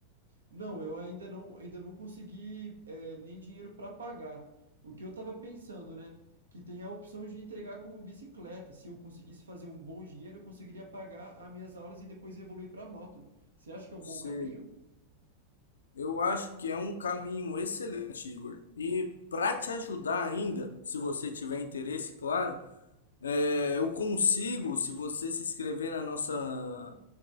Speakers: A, on the right; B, on the left.
A: Não, eu ainda não, ainda não consegui é, nem dinheiro para pagar. O que eu estava pensando, né? Que tem a opção de entregar como bicicleta. Se eu conseguisse fazer um bom dinheiro, eu conseguiria pagar as minhas aulas e depois evoluir para moto. Você acha que é um bom
B: Sim.
A: caminho?
B: Eu acho que é um caminho excelente, Igor. E para te ajudar ainda, se você tiver interesse, claro, é, eu consigo, se você se inscrever na nossa